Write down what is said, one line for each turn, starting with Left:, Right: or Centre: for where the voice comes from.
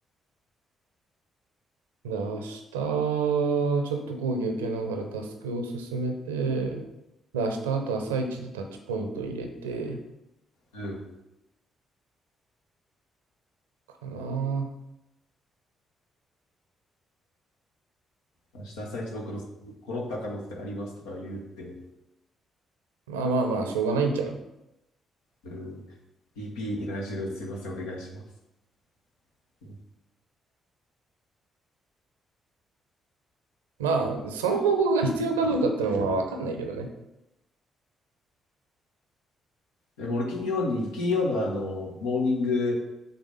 Right: で、明日、ちょっと講義受けながらタスクを進めて、で、明日、あと朝一でタッチポイント入れて、
Left: うん。
Right: かな。
Left: 明日朝一僕のコロッた可能性ありますとか言って、
Right: まあまあまあ、しょうがないんちゃう。
Left: うん DP、来週ですいません、お願いします。うん
Right: まあ、その報告が必要かどうかってのはわかんないけどね。
Left: でも俺、金曜に、金曜のあの、モーニング